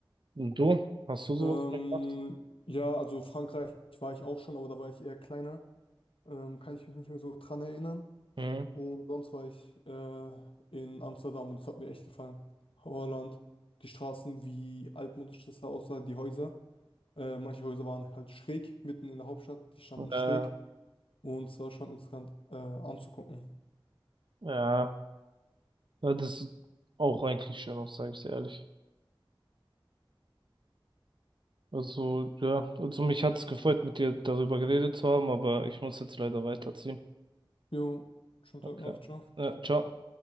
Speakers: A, on the right; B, on the left.
A: Und du? Hast du sowas
B: Ähm,
A: gemacht?
B: ja, also Frankreich war ich auch schon, aber da war ich eher kleiner. Ähm, kann ich mich nicht mehr so dran erinnern.
A: Mhm.
B: Und sonst war ich äh, in Amsterdam und es hat mir echt gefallen. Holland, die Straßen, wie altmodisch das da aussah, die Häuser. Äh, manche Häuser waren halt schräg, mitten in der Hauptstadt, die standen
A: Äh,
B: schräg und es war schon interessant äh, anzugucken.
A: ja, Ja, das sieht auch eigentlich schön aus, sage ich dir ehrlich. Also, ja, also mich hat es gefreut, mit dir darüber geredet zu haben, aber ich muss jetzt leider weiterziehen.
B: Jo, schönen Tag
A: Okay.
B: noch, ciao.
A: Ja, ciao.